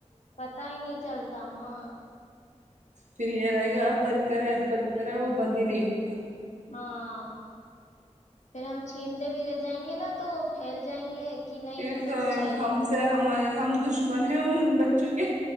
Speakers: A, on the left; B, on the right.
A: پتا ہی نہیں چلتا ہاں
B: پھر یہ رہے گا اب بند کرے اب بند کرے وہ بند ہی نہیں ہو
A: ہاں پھر ہم چھین بھی رہ جائیں گے نا تو پھیل جائیں گے کہ نہیں
B: پھر
A: ہمیں
B: تو
A: چاہیے
B: ہم سے ہم ہم دشمن ہیں ان بچوں کے